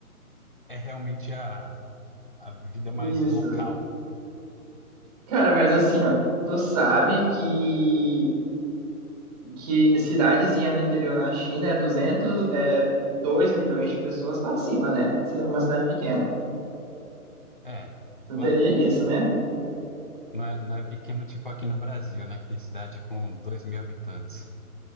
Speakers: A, on the left (about 35°); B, on the right (about 25°).
A: é realmente a, a vida mais
B: isso.
A: local.
B: Cara, mas assim, ó, tu sabe que que cidadezinha no interior na China é 200, é 2 milhões de pessoas pra cima, né? Ci- Uma cidade pequena.
A: É,
B: Tu entende
A: lá-
B: isso, né?
A: não é, não é pequeno tipo aqui no Brasil, né? Que tem cidade com dois mil habitantes.